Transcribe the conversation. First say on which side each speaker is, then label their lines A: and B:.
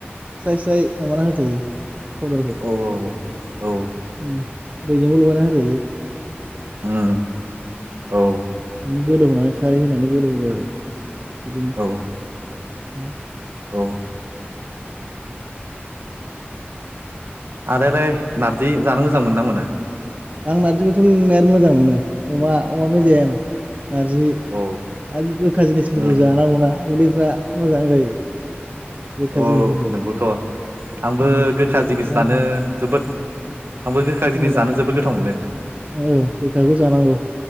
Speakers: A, on the right (about 35°); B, on the right (about 65°).
A: स्राय स्राय माबाना होजायो। पाउदारखौ
B: औ औ औ।
A: उम दैजोंबो लगायना होजायो।
B: उम। औ।
A: गोदौहोनानै खारै होनानै गोदौ होबाय आरो। बिदिनो
B: औ
A: <inaudible>
B: औ। आदा लाय बि जानो मोजां मोनो ना मोना।
A: आं नार्जिखौथ' नायाथ मोजां मोनो अमा अमा मेजेम। नारजि
B: औ
A: आरो गोखा जिनिसफोरखौ
B: उम
A: जानांगौना उदै फ्रा मोजां जायो। गोखा
B: औ
A: जिनिसफोरखौ
B: नंगौथ'। आंबो
A: उम
B: गोखा
A: बे
B: जिनिस
A: उम
B: जानो जोबोद आंबो गोखा जिनिस
A: मोजां
B: जानो जोबोद गोथाव मोनो।
A: औ गोखाखौ जानांगौ